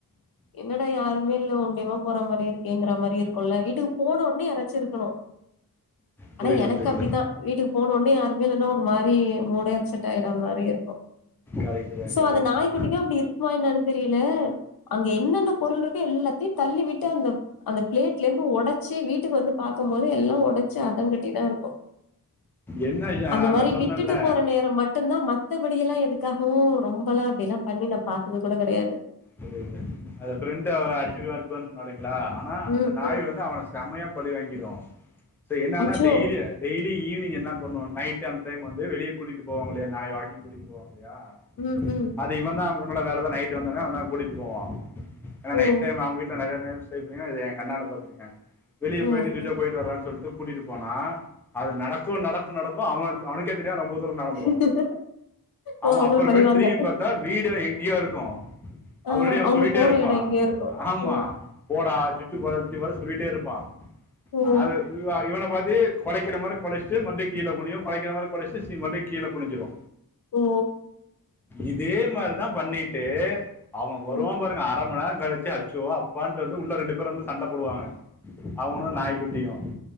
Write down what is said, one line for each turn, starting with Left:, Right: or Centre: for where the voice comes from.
Left: என்னடா யாரு வெல்ல ஒண்டியும்மா போற மாரி இருக்கேங்குற மாரி இருக்குல்ல வீட்டுக்கு போன ஒன்னே யாராச்சு இருக்கணு
Centre: புரியுது
Left: ஆனா எனக்கு
Centre: புரியுது
Left: அப்டித்தா வீட்டுக்கு போன ஒட்னே யாருமே இல்லன்னா ஒரு மாரி மூடே அப்செட் ஆயிற மாரி இருக்கு
Centre: கரெக்ட் தான்
Left: சோ
Centre: கரெக்ட்
Left: அது நாய்
Centre: தான்
Left: குட்டிக்கு அப்டி இருக்குமா இன்னான்னு தெரியல அங்க என்னென்ன பொருள்ருக்கு எல்லாத்தையு தள்ளி விட்டு அந்த அந்த பிளேட்ல இருந்து ஒடச்சு வீட்டுக்கு வந்து பாக்கம்போது போது எல்லா ஒடச்சு அ ம்புட்டு இதா இருக்கு
Centre: என்ன ஆஹ்
Left: அந்த மாரி
Centre: நான் சொன்னேன்ல
Left: விட்டுட்டு போற நேர மட்டும்தா மத்தபடி எல்லா எது க்காகவு ரொம்பல்லா அப்டியெல்லா பண்ணி நா பாத்தது கூட கெடையாது
Centre: புரியுது அது ஃப்ரெண்டு அவன அடிச்சு அனுப்புவன்னு சொன்னாலை ங்களா ஆனா
Left: ம்
Centre: அந்த நாய்
Left: ம்
Centre: வந்து அவன செமயா பழி வாங்கிடும் சோ என்னான்னா
Left: அச்சோ
Centre: டெய்லி அ டெய்லி ஈவினி்ங் என்னா பண்ணும் நைட் அன்டைம் வந்து வெளியே கூட்டிட்டு போவாங்க இல்லையா நாய் வாக்கிங் கூட்டிட்டு போவாங் இல்லையா
Left: ம் ம்
Centre: அது இவன் தா இவனோட வேல தா நைட்டு வந்தவன் வந்தம் கூட்டிட்டு போவான் ஏன்னா
Left: ஓ
Centre: நைட் டைம் அவுங்க வீட்ல நறையா <unintelligible> இது ஏன் கண்ணால பாத்திருக்கேன் வெளிய
Left: ஓ!
Centre: போயிட்டு
Left: ஓகே
Centre: சுச்ஜா போயிட்டு வரான் சொல்ட்டு கூட்டிட்டு போனா அது நடக்கும் நடக்கும் நடக் கு அவன்க்கு அவனுக்கே தெரியாத் ரொம்போ தூர நடந்துரு
Left: ம்
Centre: அவ
Left: ஓ அவங்கள
Centre: அப்பறமேட்டு
Left: பழிவாங்க
Centre: திரும்பி பாத்தா வீடு எங் யோ இருக்கு
Left: ஆ
Centre: அவுரெடி இவ
Left: அவங்க
Centre: சொல்லிட்டே
Left: போன
Centre: இருப்பா
Left: எடோ எங்கேயோ இருக்கு
Centre: ஆமா
Left: ம்
Centre: போடா சுச்சு போ ற சொல்லிட்டே இருப்பா
Left: ம்
Centre: அது இ இவன மறுடி கொலைக்கற மாரி கொலச்ட்டு மறுடி கீழ குனியு கொலைக்கிற மாரி கொலைச்ட்டு சீக் மறுவடி கீழ குனிஞ்சிரு
Left: ஓ
Centre: இதே மாரிதா பண்ணிட்டு அவங்க வருவா
Left: ம்
Centre: பாருங்க அர மண் நேர கழிச்சி அச்சோ அப்பான்ட்டு வந்து உள்ள ரெண்டு பேரு வந்து சண்ட போடுவாங்க அவுனு நாய்க்குட்டியு